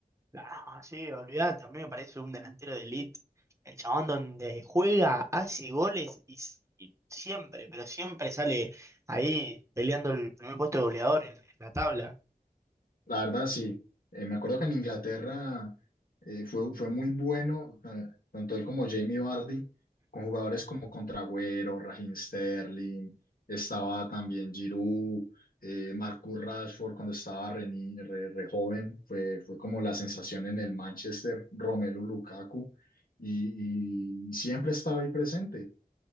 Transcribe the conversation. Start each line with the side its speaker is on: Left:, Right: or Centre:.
Right: Ah, sí, olvidate, a mí me parece un delantero de elite. El chabón donde juega, hace goles y, s- y siempre, pero siempre sale ahí peleando el primer puesto de goleador en, en la tabla.
Left: La verdad, sí. Eh, me acuerdo que en Inglaterra eh, fue, fue muy bueno, eh, tanto él como Jamie Vardy, con jugadores como Contragüero, Raheem Sterling, estaba también Giroud, eh, Marcus Rashford cuando estaba re, ni- re- re joven, fue, fue como la sensación en el Manchester, Romelu Lukaku, y, y siempre estaba ahí presente.